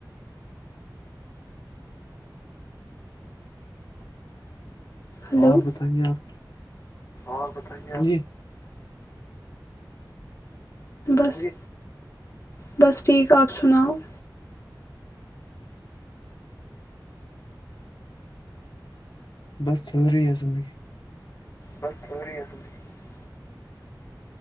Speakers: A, on the left; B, on the left.
A: ہلو
B: اور بتائیے آپ
A: اور بتائیے
B: ہاں جی <unintelligible>
A: بس بس ٹھیک آپ سناؤ <unintelligible>
B: بس ضروری ہے زندگی <unintelligible>
A: بس ضروری ہے سمیں <unintelligible>